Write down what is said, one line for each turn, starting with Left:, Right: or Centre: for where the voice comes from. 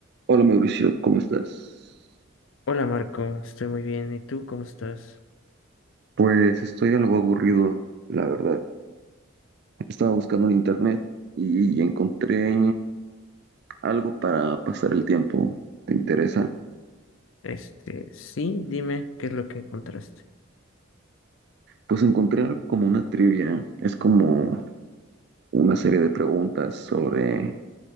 Right: Hola Mauricio, ¿cómo estás?
Left: Hola Marco, estoy muy bien. ¿Y tú cómo estás?
Right: Pues estoy algo aburrido, la verdad. Estaba buscando en internet y encontré algo para pasar el tiempo. ¿Te interesa?
Left: Este, sí, dime qué es lo que encontraste.
Right: Pues encontré algo como una trivia. Es como una serie de preguntas sobre